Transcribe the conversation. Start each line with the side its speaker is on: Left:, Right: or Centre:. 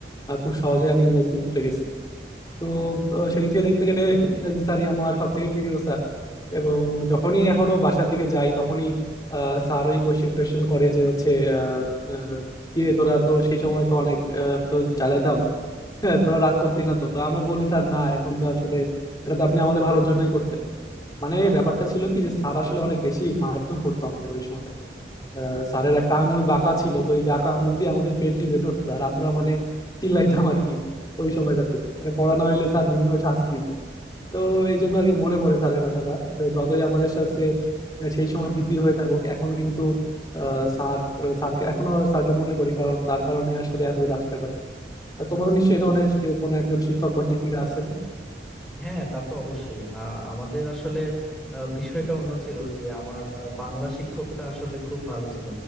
Left: আহ, খুব সহজে আমি ইংরাজিতে উতরে গেছি তো আহ, সেদিক থেকে দেখতে গেলে ইংরাজি স্যারই আমার সব থেকে প্রিয় স্যার এবং যখনই এখনো বাসার দিকে যাই তখনই স্যার ওই কোয়েশ্চেন টোয়েশ্চেন করে যে হচ্ছে আহ, আহ, কিরে তোরা তো সেই সময় তো অনেক আহ, তো জ্বালাইতাম হ্যাঁ, তোরা রাগ করতি না তো তো আমরা বলি স্যার না এখন তো আসলে এটা তো আপনি আমাদের ভালোর জন্যই করতেন মানে ব্যাপারটা ছিল কি যে স্যার আসলে অনেক বেশি মারধর করতো আমাদের ওই সময়টাতে আহ, স্যারের একটা আঙুল বাঁকা ছিল তো ওই বাঁকা আঙুল দিয়ে আমাদের পেট টিপে ধরতো আর আমরা মানে চিল্লাইতাম আর কি ওই সময়টাতে মানে পড়ানো হইলে স্যার বিভিন্ন শাস্তি দিতেন তো এই জন্য আর কি মনে পড়ে স্যারের কথাটা তো যতই আমাদের সাথে সেই সময় ভীতির হয়ে থাকুক এখন কিন্তু আহ, স্যার স্যারকে এখনো স্যারকে মনে করি কারণ তার কারণে আসলে এত দূর আসতে পারছি আর তোমারও নিশ্চয়ই এ ধরনের কোনো একজন শিক্ষক বা শিক্ষিকা আছেন
Centre: হ্যাঁ তা তো অবশ্যই আ- আমাদের আসলে আ, বিষয়টা অন্য ছিল যে আমার আ, বাংলা শিক্ষকটা আসলে খুব ভালো ছিল